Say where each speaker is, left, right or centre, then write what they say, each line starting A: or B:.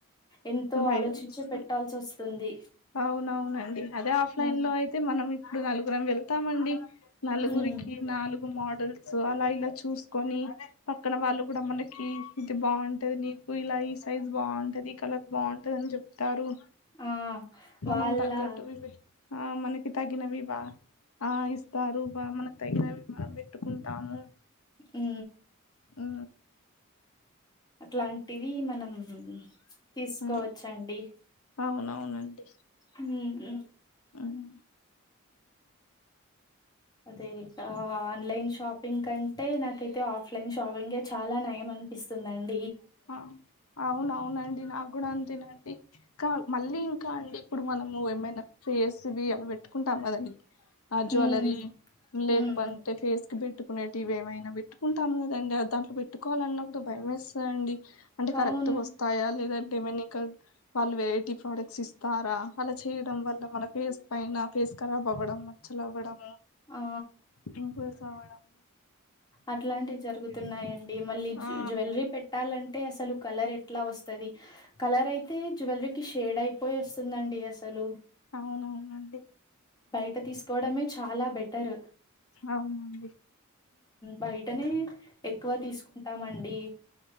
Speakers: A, on the left; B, on the left.
A: ఎంతో
B: భయం
A: అలోచించి
B: వేస్తుంది
A: పెట్టాల్సి వస్తుంది
B: అవునవునండి అదే ఆఫ్లైన్
A: ఉమ్
B: లో అయితే మనం ఇప్పుడు నలుగురం వెళ్తామండి నలుగురికి
A: ఉమ్,
B: నాలుగు మోడల్స్ సో అలా ఇలా చూసుకొని పక్కన వాళ్ళు కూడా మనకి ఇది బావుంటది నీకు ఇలా ఈ సైజ్ బాగుంటది ఈ కలర్ బాగుంటది అని చెప్తారు
A: ఆ
B: మనం
A: వాళ్ళా
B: తగ్గట్టువి ఇవి ఆ మనకి తగినవి బా ఆ ఇస్తారు బా మనకి తగినవి మనం వే ట్టుకుంటాము
A: ఊ
B: హూ
A: అట్లాంటివి మనం తీసుకోవచ్చండి
B: ఉమ్, అవునవునండి
A: ఉ
B: ఉమ్.
A: అదే ఆన్లైన్ షాపింగ్ కంటే నాకైతే ఆఫ్లైన్ షాపింగ్ చాలా నయం అనిపిస్తుందిండి
B: ఆ అవున అవునండి నాకు కూడా అంతేనండి ఇ మళ్ళీ ఇంకా అండి ఇప్పుడు మనము ఏమైనా ఫేస్వి పెట్టుకుంటాం కదండి జ్వెలరీ
A: ఉమ్
B: లేకపోతే
A: ఉమ్ ఉమ్.
B: పేస్ కునేటివి ఏవైనా పెట్టుకుంటాము కదండి ఆ దాంట్లో పెట్టుకోవాలని నాకు భయం వేస్తదండి అంటే
A: అవును
B: కరెక్ట్ గా వస్తాయా లేదంటే మే ఇంకా వాళ్ళు వెరైటీ ప్రోడక్ట్స్ ఇస్తారా అలా చే వల్ల మన ఫస్ పైన ఫేస్ కరాబ్ అవ్వడం మచ్చలు అవ్వడం
A: ఆ
B: పింపుల్స్ అవడం
A: అట్లాంటివి జరుగుతున్నాయండి మళ్ళ
B: ఆ
A: జ్వెలరీ పెట్టాలంటే అసలు కలర్ ఎట్లా వస్తుంది కలర్ అయితే జ్వెలరీ కి షేడ్ అయిపోయి వస్తుందండి అసలు
B: అవునవునండి
A: అట్ట తీసుకోవడమే చాలా బెటర్
B: అవునండి
A: బయటనే ఎక్కువ తీసుకుంటామండి